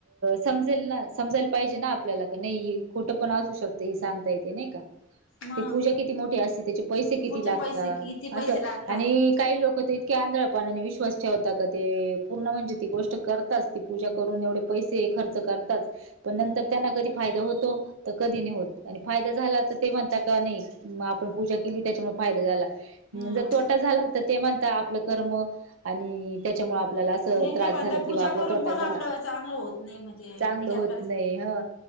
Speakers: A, on the right; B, on the left.
A: समजेल ना, समजायला पाहिजे ना आपल्याला नाही. खोटं पण असू शकते हे सांगता येते नाही का?
B: मग
A: ते पूजा किती मोठी असते त्याचे पैसे किती
B: पूचे
A: लागतात.
B: पैसे किती पैसे लागतात.
A: आणि काही लोक तर इतके आंधळ ने विश्वास ठेवता क ते पूर्ण म्हणजे ती गोष्ट करताच ती पूजा करून एवढे पैसे खर्च करताात. पण नंतर
B: हम्म.
A: त्यांना कधी फायदा होतो. तर कधी नाही होत. आणि फायदा झाला तर ते म्हणता का नाही म आपण पूजा केली त्याच्यामुळे, फायदा झाला. जर
B: हम्म.
A: तोटा झाला तर ते म्हणता आपलं कर्म आणि त्याच्यामुळे आप मला आस
B: नाही
A: त्रास
B: ते म्हणता
A: झाला किंवा
B: पूजा
A: आपला
B: करून
A: तोटा
B: पण
A: झाला.
B: आपलं चांगलं होत नाही म्हणजे
A: चांगलं
B: विचार
A: होत
B: करायच
A: नाही ह.